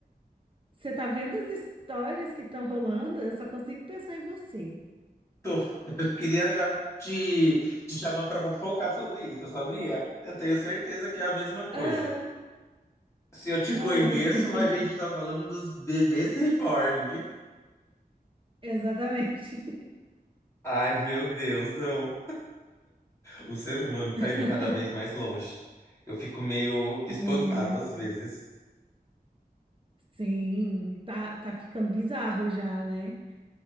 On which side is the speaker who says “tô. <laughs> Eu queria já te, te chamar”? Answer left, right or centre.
Left